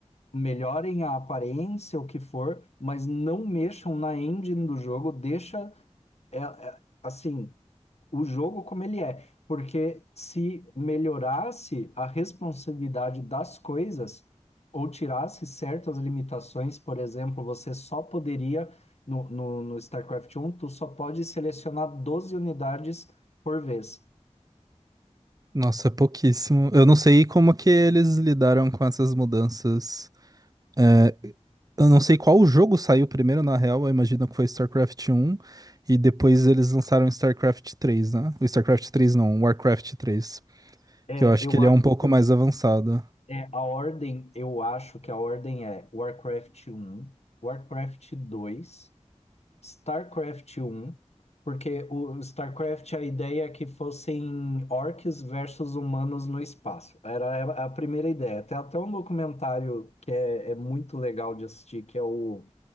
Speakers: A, on the left; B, on the right.
A: Melhorem a aparência, o que for, mas não mexam na engine do jogo, deixa. é- é- assim, o jogo como ele é, porque se melhorasse a responsabilidade das coisas ou tirasse certas limitações, por exemplo, você só poderia no, no, no StarCraft um tu só pode selecionar 12 unidades por vez.
B: Nossa, é pouquíssimo. Eu não sei como que eles lidaram com essas mudanças. É, eu não sei qual jogo saiu primeiro, na real. Eu imagino que foi StarCraft um E depois eles lançaram StarCraft três, né? O StarCraft três não, o Warcraft três.
A: É,
B: Que eu acho
A: eu
B: que ele
A: acho
B: é um pouco
A: que
B: mais avançado.
A: é, a ordem, eu acho que a ordem é Warcraft um Warcraft dois StarCraft um, porque o StarCraft, a ideia é que fossem orcs versus humanos no espaço. Era a a primeira ideia. Tem até um documentário que é, é muito legal de assistir, que é o